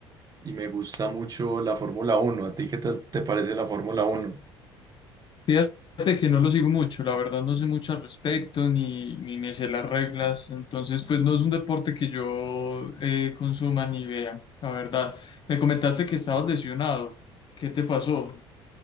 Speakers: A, on the right (about 25°); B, on the left (about 35°).
A: y me gusta mucho la Fórmula Uno. ¿A ti qué tal te parece la Fórmula Uno?
B: Fíjate que no lo sigo mucho, la verdad no sé mucho al respecto ni, ni me sé las reglas, entonces pues no es un deporte que yo eh, consuma ni vea, la verdad. Me comentaste que estabas lesionado. ¿Qué te pasó?